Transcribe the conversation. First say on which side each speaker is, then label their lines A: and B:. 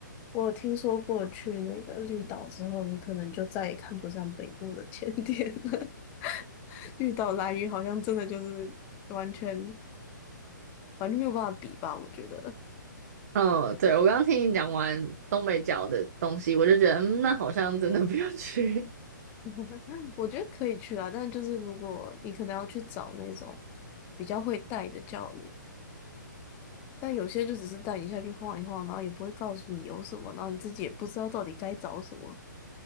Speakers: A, on the left; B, on the right.
A: 我有听说过去那个绿岛之后，你可能就再也看不上北部的甜点了。<laughs> 绿岛蓝鱼好像真的就是完全完全没有办法比吧，我觉得。
B: 嗯，对，我刚刚听你讲完东北角的东西，我就觉得，嗯，那好像真的不用去
A: <laughs> 我觉得可以去啊，但是就是如果你可能要去找那种比较会带的教练，但有些就只是带你下去晃一晃，然后也不会告诉你有什么，然后你自己也不知道到底该找什么。